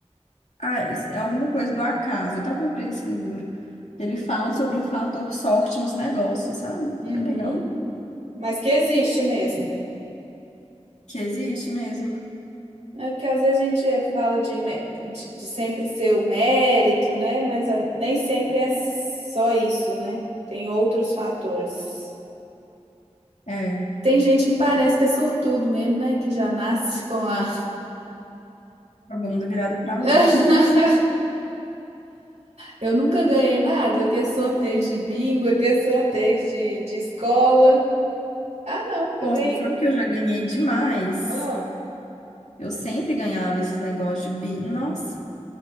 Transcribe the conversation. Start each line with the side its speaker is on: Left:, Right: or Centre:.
Left: Ah, isso- é alguma coisa do acaso. Eu até comprei esse livro. Ele fala sobre o fator sorte nos negócios, sabe?
Right: Uhum,
Left: Bem legal.
Right: mas que existe mesmo.
Left: Que existe mesmo.
Right: É porque às vezes a gente é- fala de, mé- de, de sempre ser o mérito, né? Mas ah, nem sempre é só isso, né? Tem outros fatores.
Left: É,
Right: Tem gente que parece que é sortudo mesmo, né? Que já nasce com a.
Left: a bunda virada pra
Right: <laughs>
Left: lua. <laughs>
Right: Eu nunca ganhei nada, aquele sorteio de bingo, aquele sorteio de, de escola. Ah, não, eu
Left: Nossa,
Right: ganhei.
Left: você sabe que eu já ganhei demais.
Right: Ah,
Left: Eu sempre ganhava esses negócios de bi. Nossa,